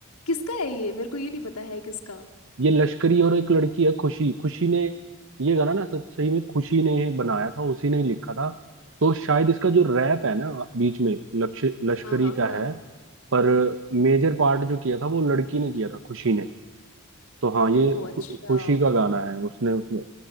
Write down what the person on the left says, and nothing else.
किसका है ये मेरे को ये नहीं पता है किसका
हाँ हाँ
हाँ
ओ अच्छा